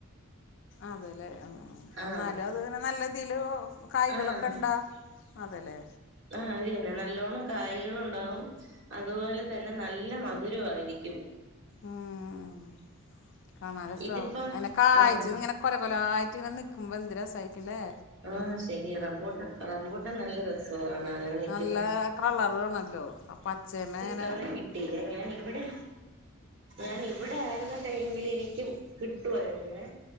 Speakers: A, on the left; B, on the right.
A: അതെല്ലേ ആ
B: ആഹ്
A: എന്നാലും അത് തന്നെ നല്ല ഇതിൽ കായ്കളൊക്കെ
B: ആഹ്
A: ഉണ്ടോ അതല്ലേ
B: ആഹ് അത് തന്നെ നല്ലോണ്ണം കായകളും ഉണ്ടാാവും അതുപോലെ തന്നെ നല്ല മധുരമായിരിക്കും
A: ആഹ് കാണാൻ രസാവും
B: ഇതിപ്പ
A: അങ്ങനെ കായ്ച്ചത്
B: ആഹ്
A: ഇങ്ങനെ കൊല കൊലായിട്ട് ഇങ്ങന നിക്കുമ്പോ എന്തുരസാ ആയിരിക്കില്ലേ
B: ആഹ് ശരിയാ റബൂട്ട റമ്പൂട്ടാൻ നല്ല രസമാണ് കാണാൻ അങ്ങനെ നിക്ക
A: നല്ല കളറു ആണല്ലോ ആ പച്ചേമ ലിങ്ങനെ
B: ഇതവണ കിട്ടീല്ലേ ഞാൻ ഇവിടെ ഞാൻ ഇവിടെ ആയിരുന്ന ടൈമിൽ എനിക്കും കിട്ടുവായിരുന്നേ